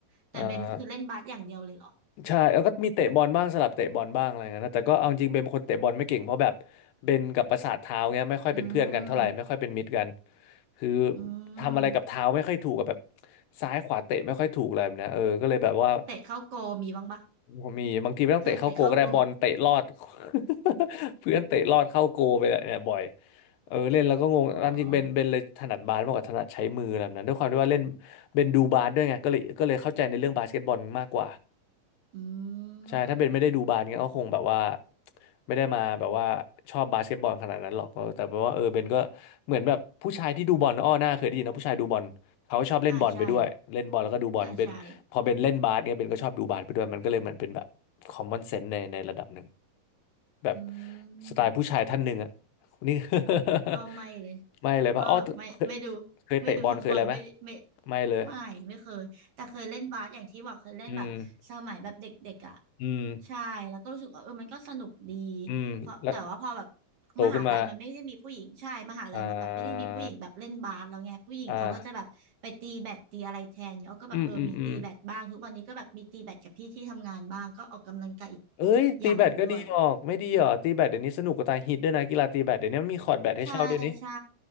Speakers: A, on the right; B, on the left.
A: แต่เบนคือเล่นบาสอย่างเดียวเลยเหรอ
B: อ่าใช่แล้วก็มีเตะบอลบ้างสลับเตะบอลบ้างอะไรเงี้ยนะแต่ก็เอาจริงเป็นคนเตะบอลไม่เก่งเพราะแบบเบนกับประสาทเท้าเงี้ยไม่ค่อยเป็นเพื่อนกันเท่าไหร่ไม่ค่อยเป็นมิตรกัน
A: อืม
B: คือ
A: อื
B: ทำอะไรกับเท้าไม่ค่อยถูกกับแบบ
A: ม
B: ซ้ายขวาเตะไม่ค่อยถูกอะไรแบบเนี้ยเออก็เลยแบบว่า
A: เตะเข้าโกมีบ้างปะ
B: ผมมีบางทีไม่ต้องเตะเข้าโกลก็ได้บอลเตะลอด
A: เคยเตะเข้าโก
B: <laughs> เพื่อนเตะลอดเข้าโกลไปเนี่ยบ่อยเออเล่นแล้วก็งงตามจริงเบนเบนเลยถนัดบาสมากกว่าถนัดใช้มืออะไรแบบนั้นด้วยความที่ว่าเล่น
A: อ๋อ
B: เบนดูบาสด้วยไงก็เลยก็เลยเข้าใจในเรื่องบาสเกตบอลมากกว่า
A: อืม
B: ใช่ถ้าเป็นไม่ได้ดูบาสเงี้ยก็คงแบบว่าไม่ได้มาแบบว่าชอบบาสเกตบอลขนาดนั้นหรอกแต่แปลว่าเออเบนก็เหมือนแบบผู้ชายที่ดูบอลอ้อหน้าเคยได้ยินนะผู้ชายดูบอลเขาชอบเล่นบอลไปด้วยเล่นบอลแล้วก็ดูบอลเบนพอเบนเล่นบาสเนี่ยเบนก็ชอบดูบาสไปด้วยมันก็เลยเหมือนเป็นแบบคอมมอนเซนส์ในในระดับหนึ่ง
A: อ่าใช่อ่าใช่
B: แบบ
A: อื
B: สไตล์ผู้ชายท่านหนึ่งอ่ะ
A: ม
B: นี่
A: อ้อไม่เลย
B: <laughs> ไม่เลยปะอ้อเคย
A: อ้อแบบไม่ไม่ดู
B: เคยเตะบอลเคยอะไรไหม
A: ไม่ดูทั้งบอลไม่ไม่
B: ไม่เลย
A: ไม่ไม่เคยแต่เคยเล่นบาสอย่างที่บอกเคยเล่นแบบสมัยแบบเด็กๆอ่ะ
B: อืมอืม
A: ใช่แล้วก็รู้สึกว่าเออมันก็สนุกดี
B: อืมแล้ว
A: เพราะแต่ว่าพอแบบ
B: โตขึ้นมา
A: มหาลัยมันไม่ได้มีผู้หญิงใช่มหาลัยมันแบบไม่ได้มีผู้หญิงแบบเล่นบาสแล้วไงผู้หญิงเขาก็จะแบบไปตีแบดตีอะไรแทนเนี้ยอ้อก็แบบเออมีตีแบดบ้างทุกวันนี้ก็แบบมีตีแบดกับพี่ที่ทำงานบ้างก็ออกกำลังกายอีก
B: อ่าอ่าอืมอืมอืมเอ้ยตีแบดก็ดีออกไม่ดีเหรอตีแบดเดี๋ยวนี้สนุกกว่าตายฮิตด้วยนะกีฬาตีแบดเดี๋ยวนี้มันมีคอร์ตแบดให้เช่าด้วยนี่
A: อย่างหนึ่งด้วย ใช่ใช่